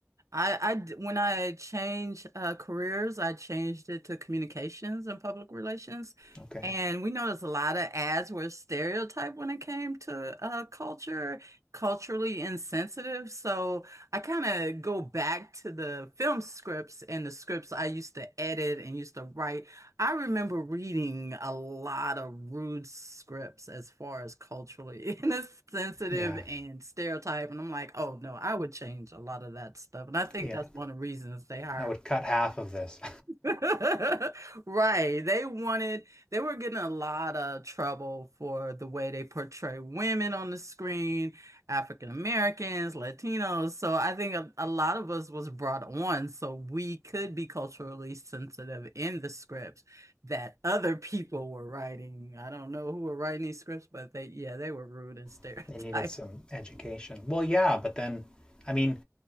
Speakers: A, on the right; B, on the left.
A: I, I d- when I changed uh, careers, I changed it to communications and public relations.
B: okay.
A: And we noticed a lot of ads were stereotyped when it came to uh, culture, culturally insensitive. So I kind of go back to the film scripts and the scripts I used to edit and used to write I remember reading a lot of rude scripts as far as culturally <laughs> insensitive
B: Yeah,
A: and stereotype, and I'm like, oh no, I would change a lot of that stuff. And I think
B: yeah.
A: that's one of the reasons they hired
B: I would cut half of this.
A: <laughs> Right. They wanted, they were getting a lot of trouble for the way they portray women on the screen, African Americans, Latinos. So I think a, a lot of us was brought on so we could be culturally sensitive in the scripts that other people were writing. I don't know who were writing these scripts, but they, yeah, they were rude and stereotype
B: <laughs> they needed some education. Well, yeah, but then, I mean,